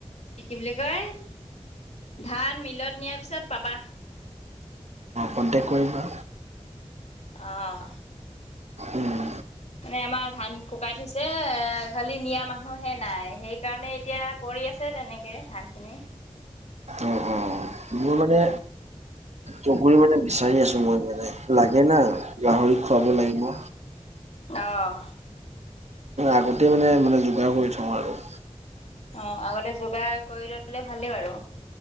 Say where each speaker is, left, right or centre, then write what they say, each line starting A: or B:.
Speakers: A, on the left; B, on the right.
A: কি বুলি কয় ধান মিলত নিয়াৰ পিছত পাবা।
B: কণ্টেক কৰিবা।
A: অহ।
B: উম,
A: মানে আমাৰ ধান শুকাই থৈছে। এ খালি নিয়া মানুহহে নাই। সেইকাৰণে এতিয়া কৰি আছে তেনেকে ধান খিনি।
B: উ অ। মোৰ মানে জগৰি মানে বিচাৰি আছো মই মানে লাগে না গাহৰি খুৱাব লাগিব।
A: অঁ।
B: আগতেই মানে মানে যোগাৰ কৰি থওঁ আৰু
A: অ আগতে যোগাৰ কৰি লৈ পেলে ভালেই বাৰু।